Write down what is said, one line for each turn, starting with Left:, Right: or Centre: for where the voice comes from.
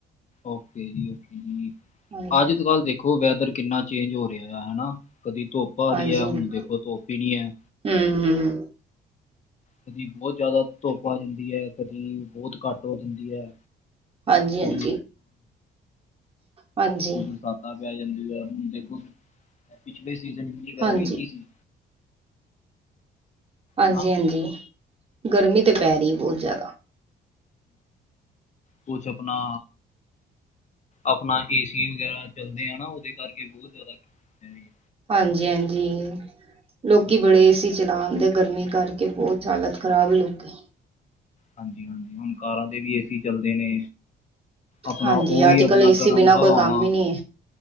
Left: ਓਕੇ ਜੀ, ਓਕੇ ਜੀ
Right: ਹਾਂਜੀ
Left: ਅੱਜ ਕੱਲ ਦੇਖੋ ਵੈਦਰ ਕਿੰਨਾ। ਚੇਂਜ ਹੋ ਰਿਹਾ ਆ ਹਨਾ ਕਦੀ ਧੁੱਪ ਆ ਰਹੀ
Right: ਹਾਂਜੀ
Left: ਆ
Right: ਹਾਂਜੀ
Left: ਹੁਣ ਦੇਖੋ ਧੁੱਪ ਈ ਨਹੀਂ ਆ।
Right: ਹਮ ਹਮ ਹਮ।
Left: ਕਦੀ ਬਹੁਤ ਜ਼ਿਆਦਾ ਧੁੱਪ ਆ ਜਾਂਦੀ ਐ ਕਦੀ ਬਹੁਤ ਘੱਟ ਹੋ ਜਾਂਦੀ ਹੈ।
Right: ਹਾਂਜੀ
Left: ਤਾਂ
Right: ਹਾਂਜੀ ਹਾਂਜੀ
Left: <inaudible> ਤਾ ਪੈ ਜਾਂਦੀ ਹੁਣ ਦੇਖੋ ਪਿਛਲੇ ਸੀਜ਼ਨ ਕਿੰਨੀ ਗਰਮੀ
Right: ਹਾਂਜੀ
Left: ਸੀ।
Right: ਹਾਂਜੀ,
Left: ਨਾ
Right: ਹਾਂਜੀ ਗਰਮੀ ਤੇ ਪੈ ਰਹੀ ਬਹੁਤ ਜ਼ਿਆਦਾ।
Left: ਕੁਛ ਆਪਣਾ। ਆਪਣਾ ਏ ਸੀ ਵਗੈਰਾ ਚੱਲਦੇ ਹਨ ਨਾ ਉਹਦੇ ਕਰਕੇ ਬਹੁਤ। ਜ਼ਿਆਦਾ ਗਰਮੀ ਪੈ ਰਹੀ ਹੈ।
Right: ਹਾਂਜੀ -ਹਾਂਜੀ ਲੋਕੀ
Left: ਹਾਂਜੀ
Right: ਬੜੇ ਏ ਸੀ। ਚਲਾ ਆਦੇ ਗਰਮੀ ਕਰਕੇ ਬਹੁਤ ਹਾਲਤ ਖ਼ਰਾਬ ਹੈ ਲੋਕੀ।
Left: ਹਾਂਜੀ -ਹਾਂਜੀ ਹੁਣ ਕਾਰਾਂ ਤੇ ਵੀ ਏਸੀ ਚੱਲਦੇ ਨੇ। ਆਪਣਾ
Right: ਹਾਂਜੀ
Left: ਉਹ ਵੀ
Right: ਅੱਜ
Left: ਆਪਣਾ
Right: ਕੱਲ੍ਹ ਏਸੀ
Left: ਗਰਮ
Right: ਬਿਨਾਂ
Left: ਹਵਾਵਾਂ।
Right: ਕੋਈ ਕੰਮ ਹੀ ਨਹੀਂ